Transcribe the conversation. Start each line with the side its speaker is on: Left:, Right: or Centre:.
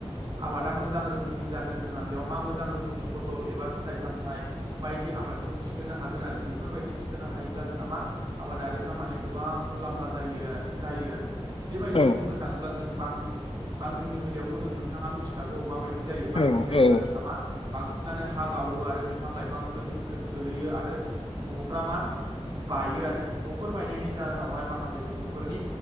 Right: आबादा मोजां रोखोमनि जागोन जोंहा बेयाव मा मोजां रोखोमनि फसल एबा फिथाइ सामथाइ बायदि आबादखौ थिखोनो हागोन आरो बेफोरबायदि थिखोनो हायोब्ला जोंहा मा आबादारिफ्रा माने गोबां मुलाम्फा जायो आ जायो आरो बेबायदिनो
Left: औ
Right: बुंनो थाङोब्ला जों बांग्रिं बांग्रिंनि बेलायावथ जों नोंथाङा मिथि खागौ माबायदि जायो बांग्रिं
Left: औ
Right: जायोब्ला
Left: औ
Right: जोंहा मा बांसिनानो हा गावो आरो बिफां-लाइफां गो गो गोलैयो आरो न'फ्रा मा बायो आरो न'फोर बायनायनि जाहोनावहाय माखासे सुबुंफोरनि